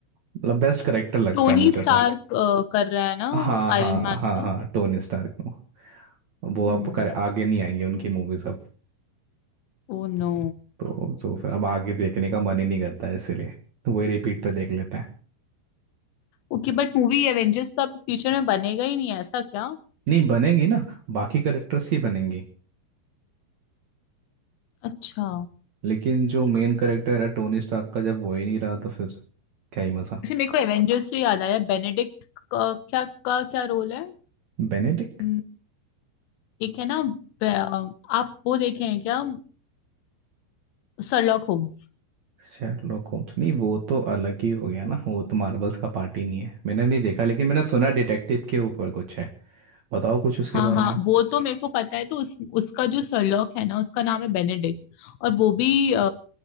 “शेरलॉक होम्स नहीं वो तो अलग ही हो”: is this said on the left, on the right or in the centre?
Right